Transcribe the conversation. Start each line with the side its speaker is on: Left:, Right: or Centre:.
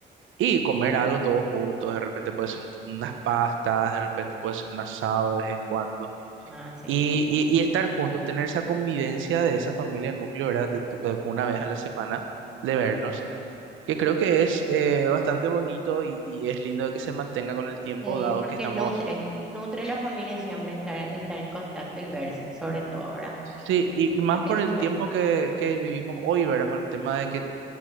Right: y comer algo todos juntos. De repente puede ser un- unas pastas, de repente puede ser un asado de vez en cuando.
Centre: Ah, sí,
Right: Y,
Centre: súper.
Right: y- y estar juntos, tener esa convivencia de esa familia núcleo, ¿verdad? De, to- de una vez a la semana, de vernos, que creo que es eh, bastante bonito y, y es lindo de que se mantenga con el tiempo,
Centre: Sí,
Right: dado
Centre: porque
Right: que estamos...
Centre: nutre, nutre a la familia siempre estar, estar en contacto y verse, sobre todo ahora.
Right: Sí, y, y más
Centre: Es lo que
Right: por
Centre: yo
Right: el
Centre: creo.
Right: tiempo que, que vivimos hoy, ¿verdad? Con el tema de que